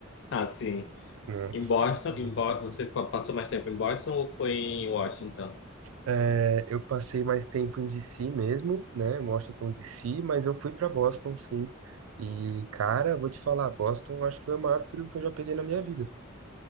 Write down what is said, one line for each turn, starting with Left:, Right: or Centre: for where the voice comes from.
Left: Ah, sim.
Right: Nossa.
Left: Em Boston,
Right: senhora.
Left: em Bo- você pa- passou mais tempo em Boston ou foi em Washington?
Right: É, eu passei mais tempo em DC mesmo, né? em Washington DC, mas eu fui para Boston, sim. E, cara, vou te falar, Boston acho que foi o maior frio que eu já peguei na minha vida.